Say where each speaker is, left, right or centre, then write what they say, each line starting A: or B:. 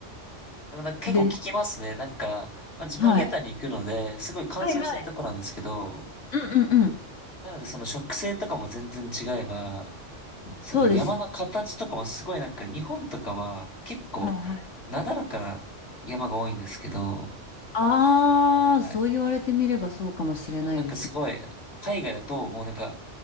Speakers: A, on the left; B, on the left.
A: でもなんか結構聞きますね。
B: で、
A: なんか、まあ、自分ユタに行くので、
B: はい。
A: すごい乾燥してるところなんですけど、
B: はいはい。うんうんうん。
A: なのでその植生とかも全然違えば、その山の形とかもすごいなんか日本とかは結構
B: そうです。はいはい。
A: なだらかな山が多いんですけど、
B: ああ、
A: はい。
B: そう言われてみればそうかもしれないですね。
A: でもなんかすごい、海外だともうなんか